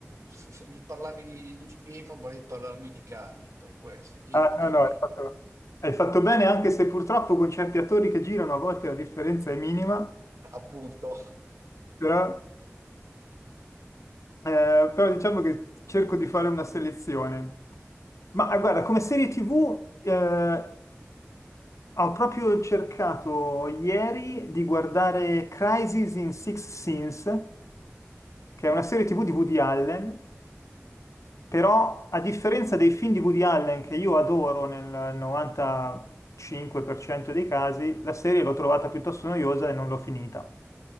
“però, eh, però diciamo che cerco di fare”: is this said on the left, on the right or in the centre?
Left